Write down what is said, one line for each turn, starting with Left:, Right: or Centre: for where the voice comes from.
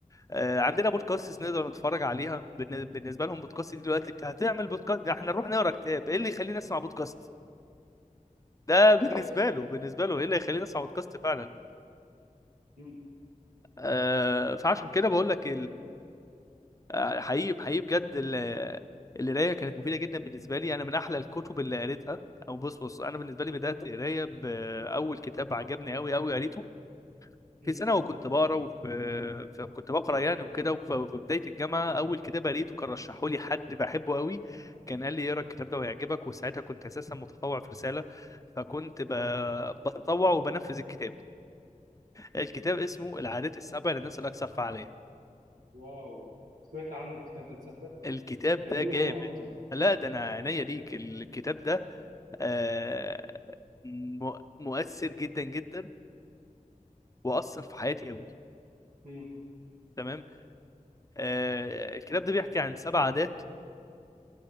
Left: آه، عندنا بودكاست نقدر نتفرج عليها
Right: أمم.
Left: بالن- بالنسبه لهم بودكاست دي دلوقتي بت- هتعمل بودكاست احنا نروح نقرا كتاب ايه اللي يخلينا نسمع بودكاست ده بالنسبه
Right: ايوه صح <laughs>
Left: له بالنسبه له ايه اللي يخلينا نسمع بودكاست فعلا
Right: امم
Left: آه، فعشان كده بقول لك
Right: دي حقيقة.
Left: آه، حقيقي حقيقي بجد ال- القرايه كانت مفيده جدا بالنسبه لي انا من احلى الكتب اللي قريتها او بص بص انا بالنسبه لي بدات قرايه باول كتاب عجبني قوي قوي قريته في
Right: أمم.
Left: سنه وكنت بقرا وفي في- كنت بقرا يعني وكده وف- وفي بدايه الجامعه اول كتاب قريته كان رشحه لي حد بحبه قوي كان قال لي اقرا الكتاب ده وهيعجبك وساعتها كنت اساسا متطوع في رساله فكنت ب-
Right: واو
Left: بتطوع وبنفذ الكتاب الكتاب اسمه العادات السبع للناس الاكثر فعاليه
Right: واو سمعت عنه الكتاب ده تصدق
Left: الكتاب
Right: كلمني
Left: ده جامد
Right: عنه اكتر
Left: لا ده انا
Right: اه
Left: عينيا ليك الكتاب ده آه، مؤ- مؤثر جدا جدا واثر في حياتي قوي
Right: امم
Left: تمام آه، الكتاب ده بيحكي عن سبع عادات